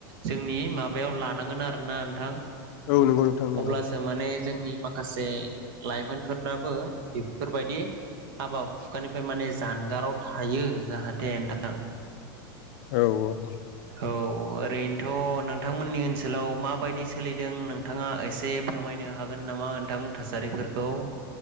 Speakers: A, on the right; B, on the left.
A: जोंनि माबायाव लानांगोन आरोना नोंथां
B: औ नोंगौ नोंथां नोंगौ।
A: अब्लासो माने जोंनि माखासे लाइमोनफोराबो बेफोरबायदि हाबा हुखानिफ्राय माने जानगाराव थायो जाहाथे नोंथां।
B: औ औ।
A: औ ओरैनोथ' नोंथां मोननि ओनसोलाव माबायदि सोलिदों नोंथाङा एसे फोरमायनो हागोन नामा नोंथां थासारिफोर खौ?